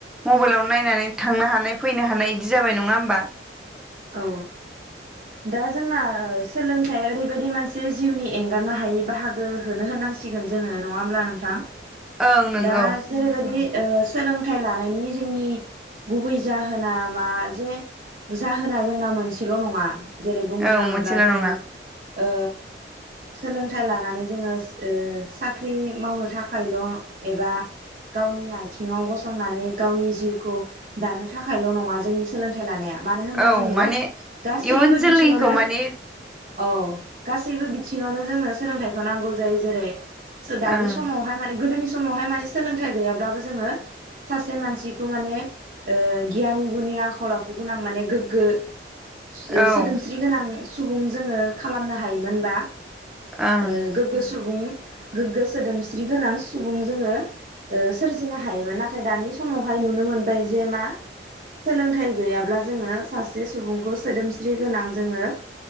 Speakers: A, in the centre; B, on the right.
A: मबाइलाव नायनानै थांनो हानाय फैनो हानाय बिदि जाबाय नङा होमबा
B: औ दा जोंना ओ सोलों फ्राय ओरैबायदि मोनसे जिउनि एंगारनो हायै बाहागो खोनो होननांसिगोन जोङो नङा होमब्ला नोंथां?
A: ओं नंगौ
B: दा जेरैबायदि ओ सोलोंथाइ लानायनि जोंनि गुबै जाहोना मा जे जाहोना जोंना मोनसेल' नङा। जेरै बुंनो
A: औ
B: थाङोब्ला
A: मोनसेल'
B: जोङो
A: नङा
B: ओ सोलोंथाइ लानानै जोङो ओ साख्रि मावनो थाखायल' एबा गावनि आयथिङाव गसंनानै गावनि जिउखौ दानो थाखायल' नङा जोंनि सोलोंथाइ लानाया। मानो होनब्ला
A: औ
B: जोंनो
A: माने
B: गासैबो
A: इयुन
B: बिथिङावनो
A: जोलैखौ माने
B: औ गासैबो बिथिङावनो जोंनो सोलोंथाइखौ नांगौ जायो जेरै थ' दानि
A: ओं
B: समावहाय माने गोदोनि समावहाय माने सोलोंथाइ गैयाब्लाबो जोङो सासे मानसिखौ माने गियानि गुनि आखल आखु गोनां माने गोग्गो सो-सोदोमस्रि
A: औ
B: गोनां सुबुं जोङो खालामनो हायोमोन बा
A: ओं
B: ओ गोग्गो सुबुं गोग्गो सोदोमस्रि गोनां सुबुं जोङो ओ सोरजिनो हायोमोन, नाथाय दानि समावहाय नुनो मोनबाय जे मा सोलोंथाइ गैया ब्ला जोङो सासे सुबुंखौ सोदोमस्रि गोनां जोङो